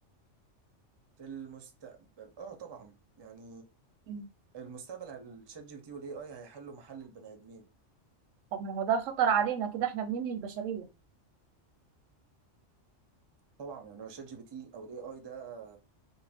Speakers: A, on the right; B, on the right.
A: في المستقبل اه طبعا يعني
B: مم.
A: المستقبل الشات جي بي تي والاي اي هيحلوا محل البني ادمين
B: طب ما هو ده خطر علينا كده احنا بننهي البشرية
A: طبعا يعني هو الشات جي بي تي او الاي اي ده